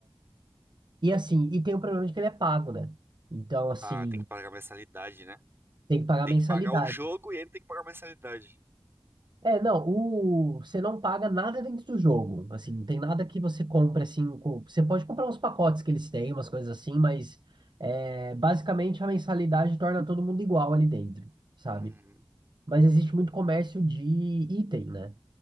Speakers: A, on the right; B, on the right.
A: E assim, e tem o problema de que ele é pago, né? Então, assim,
B: Ah, tem que pagar mensalidade, né?
A: tem que pagar
B: Tem
A: mensalidade.
B: que pagar o jogo e ainda tem que pagar mensalidade.
A: É, não, o... você não paga nada dentro do jogo. Assim, não tem nada que você compre assim. co- Você pode comprar uns pacotes que eles têm, umas coisas assim, mas é, basicamente a mensalidade torna todo mundo igual ali dentro, sabe?
B: Uhum.
A: Mas existe muito comércio de item, né?